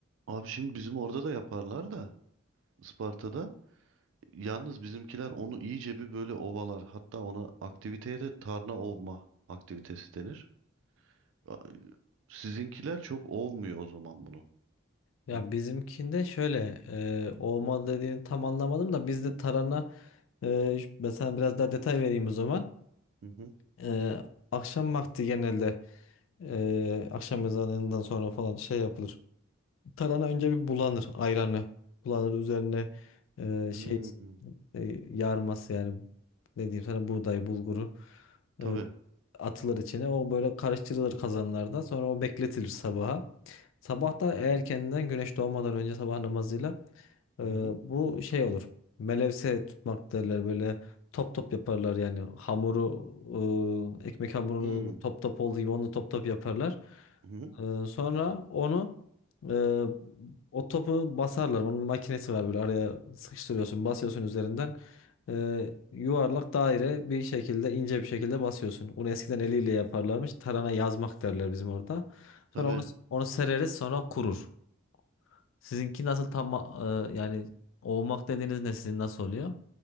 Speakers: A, on the right; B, on the left.
A: Abi şimdi bizim orada da yaparlar da Isparta'da. Yalnız bizimkiler onu iyice bir böyle ovalar. Hatta ona aktiviteye de tarna ovma aktivitesi denir. A- Sizinkiler çok ovmuyor o zaman bunu.
B: Ya
A: Y-
B: bizimkinde şöyle e, olma dediğini tam anlamadım da bizde tarhana e, ben sana biraz daha detay vereyim o zaman.
A: Hı hı.
B: E, akşam vakti genelde Ee, akşam ezanından sonra falan şey yapılır. Tarhana önce bir bulanır ayranı. Bulanır üzerine e,
A: Hmm,
B: şey e, yarması yani ne diyeyim sana buğday bulguru
A: tabii.
B: e, atılır içine. O böyle karıştırılır kazanlarda. Sonra o bekletilir sabaha. Sabah da erkenden güneş doğmadan önce sabah namazıyla ee,
A: Hı hı.
B: bu şey olur. Melevse tutmak derler böyle top top yaparlar yani hamuru e, ekmek hamurunu
A: Hmm,
B: top top olduğu gibi onu top top yaparlar.
A: hı hı.
B: Ee, sonra onu e, o topu basarlar. Onun makinesi var böyle araya sıkıştırıyorsun, basıyorsun üzerinden. Ee, yuvarlak daire bir şekilde ince bir şekilde basıyorsun. Bunu eskiden eliyle yaparlarmış. Tarana yazmak derler bizim orada.
A: Tabii.
B: Sonra onu, onu sereriz sonra kurur. Sizinki nasıl tam e, yani olmak dediğiniz ne sizin nasıl oluyor?